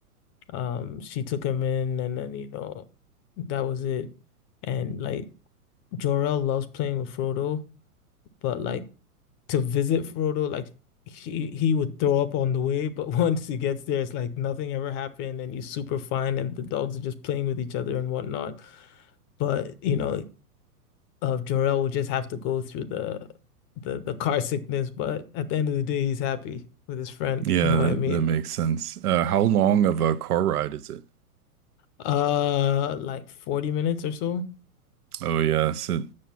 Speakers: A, on the left; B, on the right.
A: Um, she took him in, and then you know, that was it. And like Jor-El loves playing with Frodo, but like to visit Frodo, like he he would throw up on the way. But <laughs> once he gets there, it's like nothing ever happened, and he's super fine, and the dogs are just playing with each other and whatnot. But you know, uh, Jor-El will just have to go through the the the car sickness, but at the end of the day, he's happy with his friend.
B: Yeah,
A: You know
B: that,
A: what I mean?
B: that makes sense. Uh, how long of a car ride is it?
A: Uh, like 40 minutes or so.
B: Oh, yeah. So,